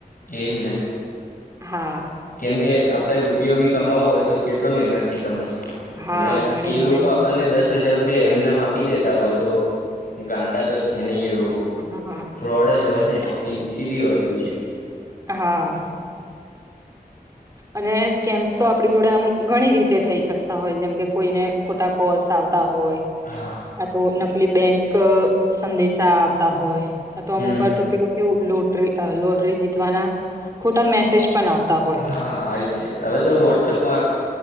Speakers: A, on the left; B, on the right.
A: એજ ને.
B: હા.
A: કેમ કે આપડે રૂપિયો ભી કમાવો હોય, તો કેટલો મેહનત થી કમાઈ
B: હા,
A: અને
B: ઘણી
A: એ
B: જ
A: લોકો
B: મહેનત
A: આપણને
B: કરી.
A: દસ હજાર રૂપિયા એમ ને મ આપી દેતા હોય તો ગાંડા તો છે નહી એ લોકો,
B: હા,
A: ફ્રોડ જ હોય ને. સી સીધી વસ્તુ છે.
B: હા. અને સ્કેમ્સ તો આપણી જોડે આમ ઘણી રીતે થઈ શકતા હોય, જેમ કે કોઈને ખોટા કોલ્સ આવ તા હોય,
A: હા
B: આ તો નકલી બેક સંદેશા આવતા હોય. કા તો અમુક
A: હમ
B: વાર તો પેલુ કેવું લોટરી અ લોટરી જીતવાના ખોટા મેસેજ પણ આવતા હોય
A: હા આઇ છે, હવે તો વોટ્સએપમાં